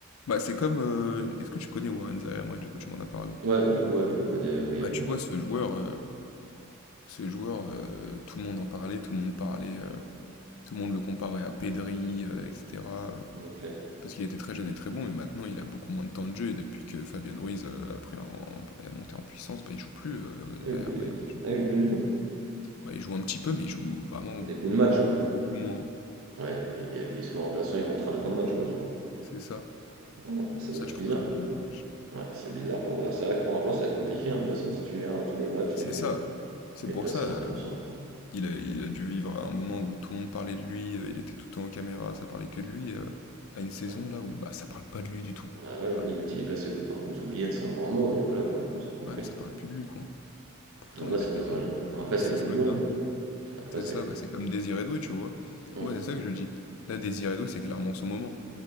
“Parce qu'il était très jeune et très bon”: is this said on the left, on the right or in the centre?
Left